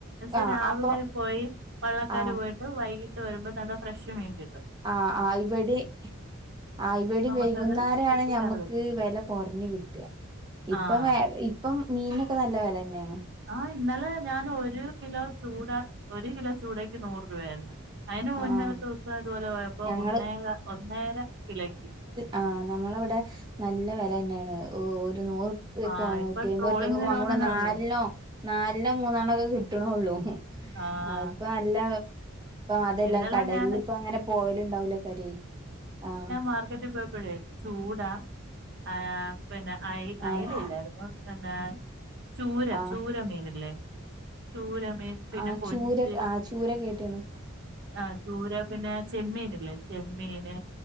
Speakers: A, on the right; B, on the right.
A: ആഹ്
B: <unintelligible> രാവിലെ
A: അപ്പൊ
B: പോയി വള്ളക്കാര്
A: ആഹ്
B: പോയിട്ട് വൈകീട്ട് വരുമ്പോൾ നല്ല ഫ്രഷ് മീൻ കി
A: ആഹ് ആഹ് ഇവടി ആ ഇവടിം
B: നമ്മക്കത്
A: വൈകുന്നേരാണ്
B: വെട്ടി
A: ഞമ്മക്ക്
B: കറി വെക്കും
A: വെല കൊർഞ്കിട്ട ഇപ്പം
B: ആഹ്
A: ഇപ്പം മീനിനൊക്കെ നല്ല വെല തന്നെയാണ്.
B: ആഹ് ഇന്നലെ ഞാൻ ഒരു കിലോ ചൂട ഒരു കിലോ ചൂടക്ക് നൂറ് രൂപ ആയിരുന്നു. അയിന് മുന്നര
A: ആഹ്
B: ദിവസം ഇതുപോലെ പോയപ്പോ
A: ഞങ്ങള്
B: ഒന്നേര ഒന്നേര കിലോക്കി
A: ആഹ് നമ്മളവ്ടെ നല്ല വെലന്നേണ് ഒരുനൂറ് <unintelligible>
B: ആഹ്
A: നൂറ്റി
B: ഇപ്പൊ
A: അയ്മ്പർപ്യക്ക
B: ട്രോളിംഗ് നിരോധനമല്ലേ
A: വാങ്ങു നാല്നോ നാൽന്നൊ മൂന്നെണ്ണക്കെ കിട്ട്ണൊള്ളൂ
B: ആഹ്
A: അതിപ്പോ നല്ല അതല്ല
B: ഇന്നലെ
A: കടൽ
B: ഞാൻ
A: ഇപ്പ അങ്ങനെ പോവല് ഇണ്ടാവൂലേകാരേ ആഹ്.
B: മാർക്കറ്റ് പോയപ്പഴെ ചൂടാ ആഹ് പിന്നെ അയ് അയ്ലയില്ലായിരുന്നു
A: ആഹ്
B: പിന്നെ ചൂര
A: ആഹ്
B: ചൂരമീനല്ലേ ചൂരമീൻ പിന്നെ
A: ആ
B: കൊഞ്ച്
A: ചൂര ആ ചൂര കേട്ടീണ്
B: ആഹ് ചൂര പിന്നെ ചെമ്മീ <unintelligible> ചെമ്മീന്